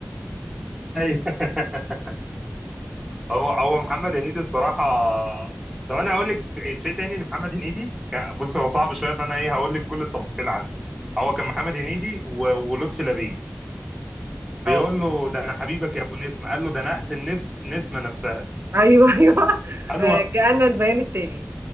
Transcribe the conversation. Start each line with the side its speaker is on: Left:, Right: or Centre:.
Centre: ايوه <laughs> هو هو محمد هنيدي الصراحه طب انا هقول لك في تاني لمحمد هنيدي كان- بص هو صعب شويه فانا ايه هقول لك كل التفاصيل عنه هو كان محمد هنيدي و- ولطفي لبيب بيقول
Right: اه
Centre: له ده انا حبيبك يا ابو نسمه قال له ده انا اقتل نفس نسمه نفسها
Right: ايوه ايوه
Centre: قال
Right: آه،
Centre: له
Right: جاءنا البيان التالي